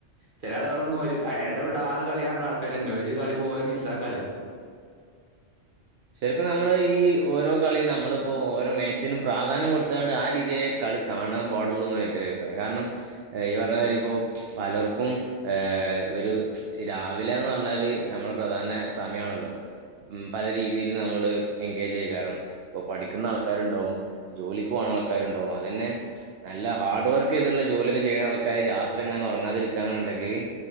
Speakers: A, on the right; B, on the right.
A: ചെലാളുകളൊന്നും ഒരു ആഹ് എടവിടാതെ കളി കാണ്ണ ആൾക്കാര്ണ്ട് ഒരു കളി പോലും മിസ്സാക്കാതെ
B: ചേട്ടാ നമ്മള് ഈ ഓരോ കളിയും നമ്മളിപ്പോ ഓരോ മാച്ചിനും പ്രാധാന്യം കൊടുത്ത്കാണ്ട് ആ രീതിയില് കളി കാണാൻ പാടൊള്ളൂന്നാ എന്റെ അഭിപ്രായം കാരണം ഏഹ് ഈ പറഞ്ഞ മാരി ഇപ്പോ പലർക്കും ഏഹ് ഒരു ഈ രാവിലേന്ന് പറഞ്ഞാല് നമ്മള പ്രധാന സമയാണല്ലോ ഉം പല രീത് തീല് നമ്മള് എൻഗേജേക്കാരം ഒ പഠിക്കുന്ന ആള്ക്കാര്ണ്ടാവും ജോലിക്ക് പോണാൾക്കാര്ണ്ടാവും അതന്നെ നല്ല ഹാർഡ് വർക്ക് ചെയ്ത്ള്ള ജോലിയൊക്കെ ചെയ്യ്ണ ആൾക്കാര് രാത്രി എങ്ങാനൊറങ്ങാതിരിക്കാന്ന്ണ്ടെങ്കില്